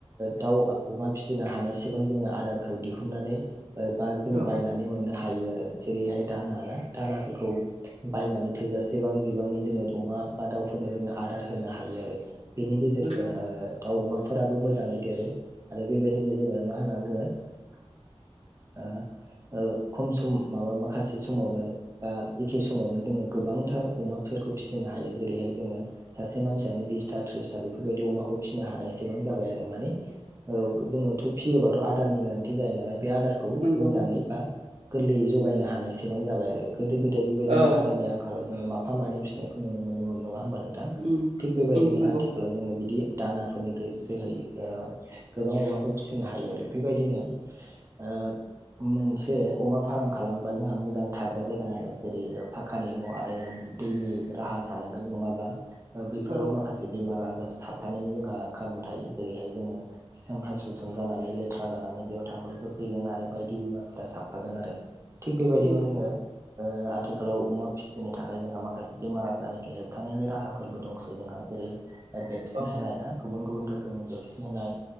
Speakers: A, on the right (about 25°); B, on the right (about 75°).
A: दाव, अमा फिसिनो हानायसिबां जोङो आदारखौ दिहुननानै बा जोङो
B: औ
A: बायनानै मोननो हायो आरो जेरैहाय दाना ना? दानाफोरखौ बायनानै थोजासेबां बिबांनि जोङो अमा बा दाउफोरनो जोङो आदार होनो हायो आरो बेनि गेजेरजों
B: नंगौ
A: दाव, अमाफोराबो मोजाङै देरो आरो बेबायदिनो जोङो मा होनना बुङो खम सम माबा माखासे समावनो बा एखे समावनो जोङो गोबांथार अमाफोरखौ फिसिनो हायो। जेरैहाय जोङो सासे मानसियानो बिसथा थ्रिसथा बेफोरबायदि अमाखौ फिनो हानायसेबां जाबाय आरो। माने औ जोङोथ' फियोबाथ' आदारनि गोनांथि जायो नालाय बे आदारखौ
B: नंगौ
A: मोजाङै
B: नंगौ
A: बा गोरलैयै जगायनो हानाय एसेबां जाबाय आरो गोदो गोदाय बेबायदिनो
B: औ
A: आदारनि आंखालाव जोङो माफा मानै फिसिनायखौ नुनो मोनोमोन नङा होमबा नोंथां
B: उम
A: थिग बेबायदिनो
B: उम नंगौ
A: आथिखाल जोङो बिदि दानाफोरनि जोहै ओ गोबां अमाफोर फिसिनो हायो आरो बेबायदिनो ओ मोनसे अमा फार्म खालामबा जोंहा मोजां थाग्रा जायगा नांगोन जेरै पाककानि न' आरो दैनि राहा थानांगोन नङाबा बैफोराव
B: औ
A: माखासे बेमार आजार साबफानायनि जोंहा खाबु थायो जेरैहाय जोङो खिसोम हासुसोम जानानै लेथ्रा जानानै बेयाव थाम्फैफोर फैगोन आरो बायदि बेमारफोरा साबफागोन आरो थिग बेबायदिनो
B: नंगौ
A: जोङो ओ आथिखालाव अमा फिसिनो थाखाय जोंहा माखासे बेमार आजारनिफ्राय होबथानायनि राहाफोरबो दंसै जोंहा जेरै भेक्सिन
B: औ
A: होनाय ना गुबुन गुबुन रोखोमनि भेक्सिन होनाय